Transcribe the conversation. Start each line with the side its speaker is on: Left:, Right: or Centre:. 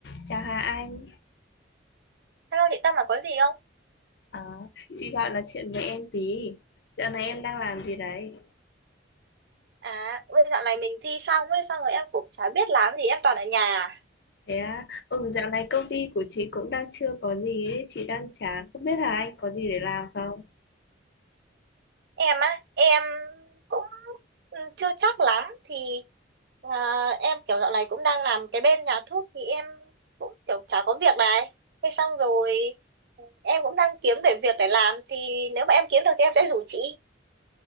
Left: Chào Hà Anh,
Right: Hello chị Tâm mà có gì không?
Left: Ờ, chị gọi là chuyện với em tí. Dạo này em đang làm gì đấy?
Right: À, ôi, dạo này mình thi xong ấy, xong rồi em cũng chả biết làm gì, em toàn ở nhà.
Left: Thế à? Ừ, dạo này công ty của chị cũng đang chưa có gì ấy, chị đang chán. Không biết Hà Anh có gì để làm không?
Right: Em á, em cũng ừ, chưa chắc lắm, thì ờ, em kiểu dạo này cũng đang làm cái bên nhà thuốc thì em cũng kiểu chả có việc này. Thế xong rồi ừ, em cũng đang kiếm để việc để làm, thì nếu mà em kiếm được thì em sẽ rủ chị.